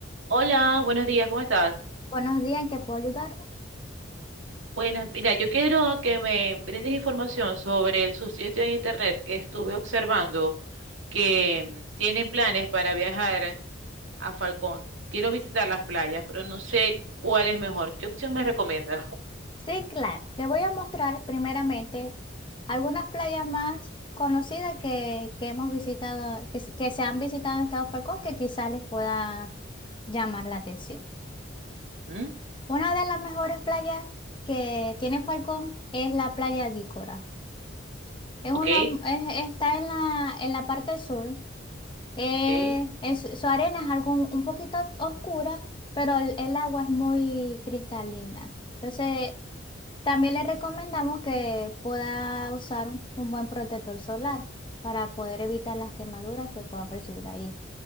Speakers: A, on the right (about 75°); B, on the left (about 25°).
A: Hola, buenos días, ¿cómo estás?
B: Buenos días, ¿en qué puedo ayudar?
A: Buenas, mira, yo quiero que me brindes información sobre el subsitio de internet que estuve observando que mm, tienen planes para viajar a Falcón. Quiero visitar las playas, pero no sé cuál es mejor. ¿Qué opción me recomiendas?
B: Sí, claro. Le voy a mostrar primeramente algunas playas más conocidas que, que hemos visitado, que, se que se han visitado en Estado Falcón, que quizás les pueda llamar la atención.
A: ¿Mm?
B: Una de las mejores playas que tiene Falcón es la playa de Ícora. Es
A: Ok,
B: una, es- está en la, en la parte sur Eh,
A: ok,
B: es- su arena es algo un, un poquito oscura, pero el, el agua es muy cristalina. Entonces, también le recomendamos que pueda usar un, un buen protector solar para poder evitar las quemaduras que pueda percibir ahí.